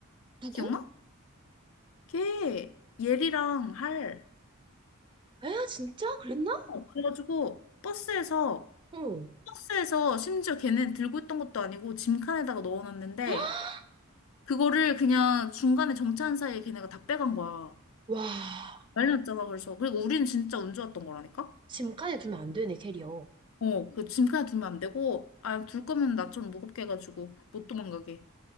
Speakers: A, on the right (about 20°); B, on the left (about 65°).
A: 누구?
B: 기억나? 걔 예리랑 할.
A: 에? 진짜? 그랬나?
B: 어, 그래가지고 버스에서
A: 응.
B: 버스에서 심지어 걔는 들고 있던 것도 아니고 짐칸에다가 넣어놨는데
A: <gasps>
B: 그거를 그냥 중간에 정차한 사이에 걔네가 다 빼간 거야.
A: 와,
B: 난리 났잖아, 그래서. 그리고 우린 진짜 운 좋았던 거라니까?
A: 짐칸에 두면 안 되네, 캐리어.
B: 어, 그 짐칸에 두면 안 되고, 아, 둘 거면 나 좀 무겁게 해가지고 못 도망가게.